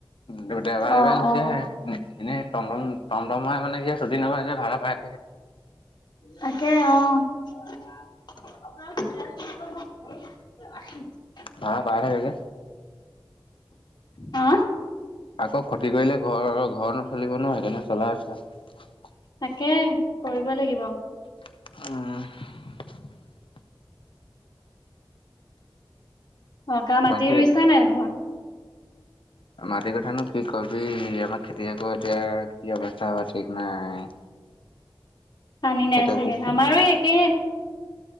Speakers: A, on the left; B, on the left.
A: দেওবাৰে দেওবাৰে
B: অ',
A: গুচি
B: অ',
A: আহে এনেই টমটম টমটম হয় মানে কি চুটি নাপায় যে ভাড়া পায়।
B: তাকে অঁ। <unintelligible>
A: ভাড়া পাই থাকে যে।
B: হঁ?
A: আকৌ ক্ষতি কৰিলে ঘৰ ঘৰ নচলিব নহয় সেইকাৰণে চলাই আছে।
B: তাকে কৰিব লাগিব।
A: উম।
B: <unintelligible> পৰা মাটি
A: বাকী
B: ৰুইছে নাই ঘৰত।
A: মাটিৰ কথানো কি কবি আমাৰ খেতিয়কৰো এতিয়া কি অৱস্থা হয় ঠিক নাই।
B: পানী
A: খেতিয়কবোৰ
B: নাই চাগে আমাৰো একেই।